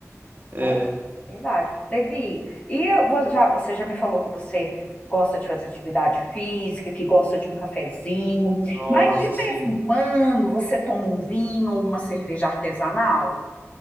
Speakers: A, on the right; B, on the left.
A: É,
B: né? Verdade. Levi, e eu vou- já, você já me falou que você gosta de fazer atividade física, que gosta de um cafezinho,
A: nossa,
B: mas de
A: sim.
B: vez em quando você toma um vinho ou uma cerveja artesanal?